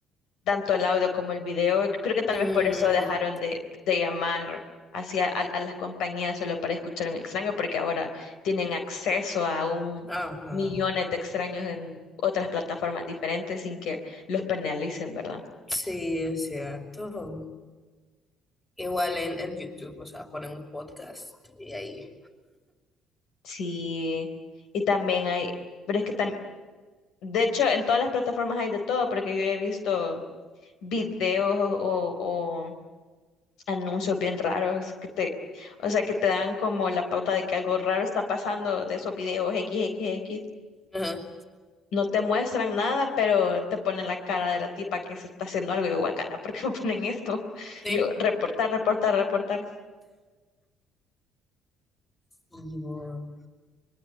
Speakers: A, on the left; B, on the left.
A: tanto el audio como el video. Creo que tal
B: Mm,
A: vez por eso dejaron de, de llamar hacia a, a las compañías solo para escuchar a un extraño, porque ahora tienen acceso a un
B: ajá.
A: millones de extraños en otras plataformas diferentes sin que los penalicen, ¿verdad?
B: Sí, es cierto. Igual en, en YouTube, o sea, ponen un podcast y ahí.
A: Sí, y también hay, pero es que también, de hecho, en todas las plataformas hay de todo, porque yo he visto videos o, o- o anuncios bien raros que te, o sea, que te dan como la pauta de que algo raro está pasando de esos videos x x x.
B: Ajá,
A: No te muestran nada, pero te ponen la cara de la tipa que se está haciendo algo y yo, guacala, ¿por qué me ponen esto?
B: sí.
A: Y yo, reportar, reportar, reportar.
B: Y vos.